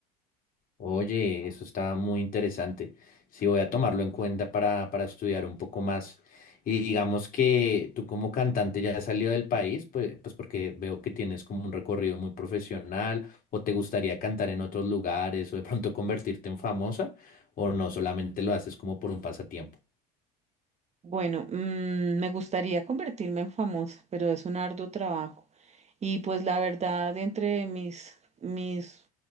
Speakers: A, on the left; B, on the right.
A: Oye, eso está muy interesante. Sí, voy a tomarlo en cuenta para, para estudiar un poco más. Y digamos que tú como cantante ya has salido del país, pues, pues porque veo que tienes como un recorrido muy profesional, o te gustaría cantar en otros lugares, o de pronto convertirte en famosa, o no, solamente lo haces como por un pasatiempo.
B: Bueno, mm, me gustaría convertirme en famosa, pero es un arduo trabajo. Y pues la verdad, entre mis, mis